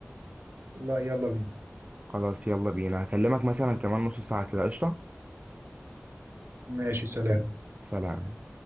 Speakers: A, on the right (about 80°); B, on the right (about 30°).
A: لا يلا بينا
B: خلاص يلا بينا هكلمك مثلا كمان نص ساعة كده قشطة
A: ماشي سلام
B: سلام